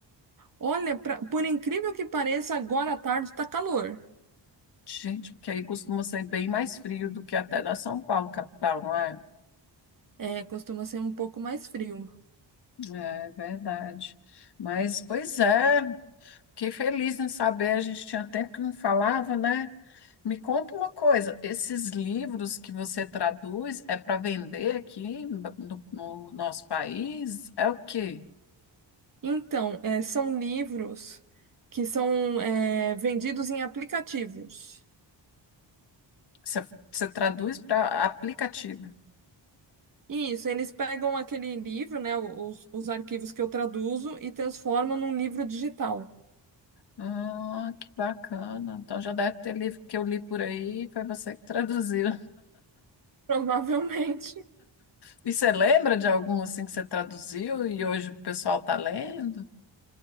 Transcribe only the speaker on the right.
Olha, pra- por incrível que pareça, agora à tarde tá calor.
É, costuma ser um pouco mais frio.
Então, é, são livros que são é, vendidos em aplicativos.
Isso, eles pegam aquele livro, né, os, os arquivos que eu traduzo e transformam num livro digital.
<laughs> Provavelmente.